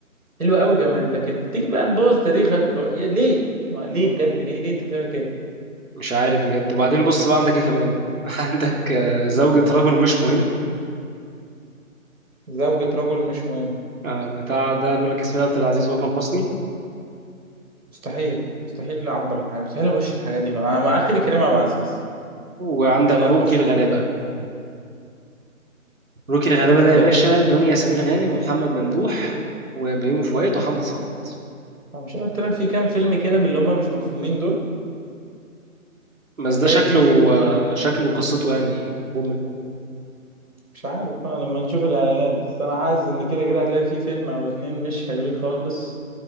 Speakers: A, on the right; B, on the right.
A: حلو قوي كمان لكن تيجي بقى تبوظ تاريخك بتبقى... يا- ليه ما ليه بجد ليه ليه انت بتعمل كده
B: مش عارف بجد وبعدين بص بقى عندك إيه كمان <laughs> عندك آه، زوجة رجل مش مهم
A: زوجة رجل مش مهم
B: آه، بتاع ده بيقول لك ياسمين عبد العزيز وأكرم حسني
A: مستحيل مستحيل اعبر الحاجة مستحيل اخش الحاجات دي انا مع اخري كريم عبد العزيز
B: وعندك
A: ده اللي
B: روكي
A: هخشه
B: الغلابة روكي الغلابة ده
A: ده
B: يا باشا
A: ب-
B: دنيا سمير غانم ومحمد ممدوح وبيومي فؤاد ومحمد صوت
A: مش عارف قلت لك في كام فيلم كده من اللي هم مش مفهومين دول
B: بس
A: هتلاقي
B: ده شكله
A: فيه
B: آه، شكله قصته يعني بوم البوم
A: مش عارف بقى لما نشوف الاعلانات بس انا حاسس ان كده كده هتلاقي فيه فيلم او اتنين مش حلوين خالص